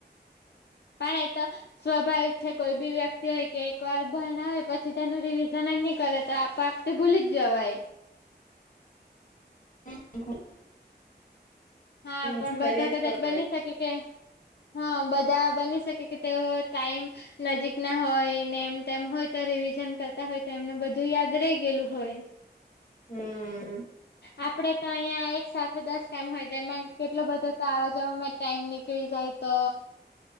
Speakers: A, on the left; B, on the left.
A: પણ એ તો સ્વાભાવિક છે કોઈ બી વ્યક્તિ હોય, કે એક વાર ભણાવે, પછી તેનું રિવિઝનની કરે, તો આપો આપ તે ભૂલી જ જવાય.
B: <unintelligible>
A: હા,
B: બીજું
A: પણ બધા
B: કર્યા જ
A: કદાચ
B: કર
A: બની
B: પડે
A: શકે કે હા, બધા બની શકે કે તેઓ ટાઈમ નજીકના હોય ને એમ તેમ હોય તો રિવિઝન કરતા હોય તો એમનું બધું યાદ રહી ગયેલું હોય.
B: હમ્મ
A: આપણે તો અહિયાં એક સાથે દસ કામ હોય, તેમાં કેટલો બધો તો આવા જવા માજ ટાઈમ નીકળી જાય તો